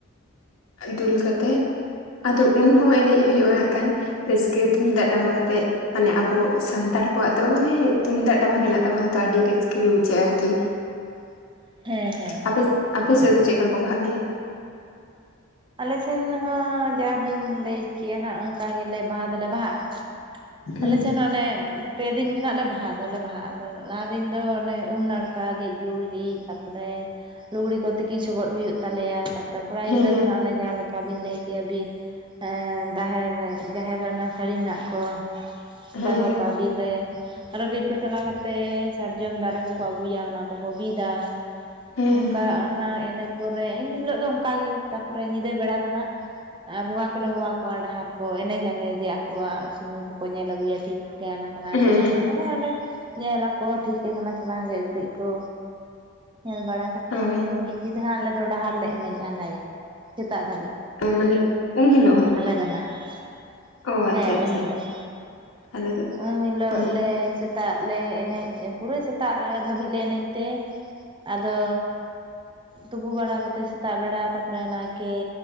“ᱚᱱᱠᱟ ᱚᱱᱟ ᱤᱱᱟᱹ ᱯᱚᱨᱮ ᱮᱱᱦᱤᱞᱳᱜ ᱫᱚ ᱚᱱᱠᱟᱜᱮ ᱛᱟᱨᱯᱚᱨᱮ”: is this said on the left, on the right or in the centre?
Right